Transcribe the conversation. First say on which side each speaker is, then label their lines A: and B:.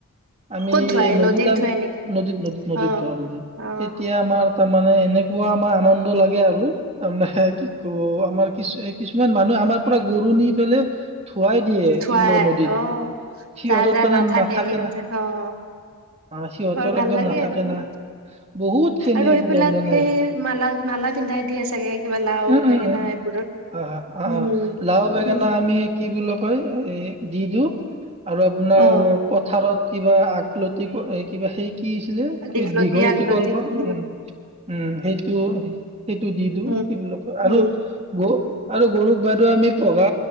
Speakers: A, on the right (about 30°); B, on the right (about 80°).
A: আমি
B: ক'ত ধুৱাই
A: নদীতাম
B: নদীত ধুৱাই নেকি?
A: নদীত নদীত নদীত
B: অ',
A: ধোৱা নদীত
B: অ',
A: তেতিয়া আমাৰ তাৰ মানে এনেকুৱা আমাৰ। লাগে আৰু আ কি ত' আমাৰ কিছু কিছুমান মানুহ আমাৰ পৰা গৰু নি লে ধুৱাই দিয়ে
B: ধুৱাই
A: কি বুলি নদীত
B: অ',
A: সিহঁতত
B: যাৰ যাৰ
A: তেনে নাথাকে
B: সিহঁতে
A: না।
B: অ',
A: অ সিহঁতৰ
B: বৰ ভাল
A: একদম
B: লাগে
A: নাথাকে
B: আৰু উম
A: না বহুত খিনি
B: আৰু
A: একদম
B: এইবিলাক
A: মানে
B: সেই মালা মালা পিন্ধাই দিয়ে চাগে কিবা লাও
A: উম উম
B: বেঙেনা
A: উম উম
B: এইবোৰৰ
A: হয় অ অ
B: উম
A: লাও বেঙেনা
B: উম
A: আমি কি বুলি কয় এ দি দিওঁ আৰু আপোনাৰ
B: অ
A: পথাৰত কিবা আককলতি কিবা সেই কিছিলে
B: দীঘলতি
A: কি দীঘলত
B: আগলতি
A: কল্প
B: উম
A: উ উম সেইটো সেইটো দি দিওঁ।
B: উম
A: কি বুলিলাক ক' আৰু
B: উম
A: গ আৰু গৰুক বাদে আমি পঘা